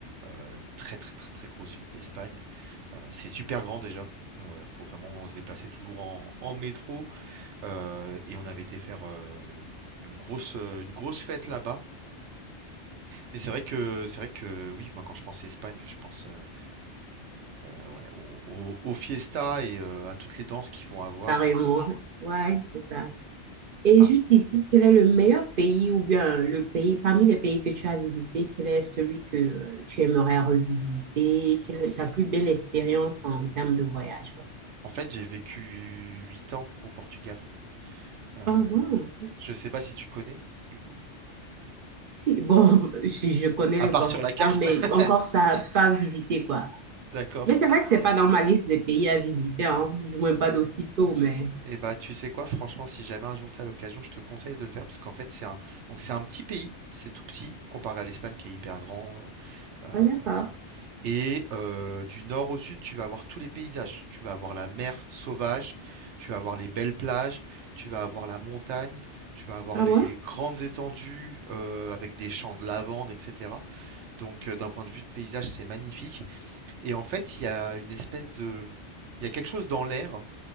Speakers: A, on the right; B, on the right.
A: euh, une très très très très grosse ville d'Espagne. Euh, c'est super grand déjà. Euh, faut vraiment se déplacer toujours en, en métro. Euh, et on avait été faire euh, une grosse, euh, une grosse fête là-bas. Mais c'est vrai que c'est vrai que oui, moi quand je pense Espagne, je pense. euh, Heu, ouais, au au aux fiestas et heu, à toutes les danses qu'ils vont avoir.
B: carrément. Ouais, c'est ça. Et
A: Par
B: jusqu'ici, quel est le meilleur pays ou bien le pays, parmi les pays que tu as visités, quel est celui que euh, tu aimerais revisiter? Quelle est ta plus belle expérience en termes de voyage, quoi?
A: en fait, j'ai vécu 8 ans au Portugal. Heu,
B: Oh, wow.
A: je sais pas si tu connais, du coup?
B: Si, bon, <laughs> si je connais
A: À
B: le
A: part
B: Portugal,
A: sur la carte?
B: mais
A: <laughs>
B: encore ça, pas visité, quoi.
A: D'accord.
B: Mais c'est vrai que c'est pas dans ma liste des pays à visiter, hein, du moins pas d'aussitôt, mais...
A: Et bah, tu sais quoi? Franchement, si jamais un jour tu as l'occasion, je te conseille de le faire parce qu'en fait, c'est un donc c'est un petit pays, c'est tout petit comparé à l'Espagne qui est hyper grand, heu Heu
B: Ah, d'accord.
A: et heu, du nord au sud, tu vas avoir tous les paysages. Tu vas avoir la mer sauvage, tu vas avoir les belles plages, tu vas avoir la montagne, tu vas avoir
B: Ah
A: les
B: bon?
A: grandes étendues, heu, avec des champs de lavande, et cetera. Donc, heu, d'un point de vue de paysage, c'est magnifique et en fait, il y a une espèce de il y a quelque chose dans l'air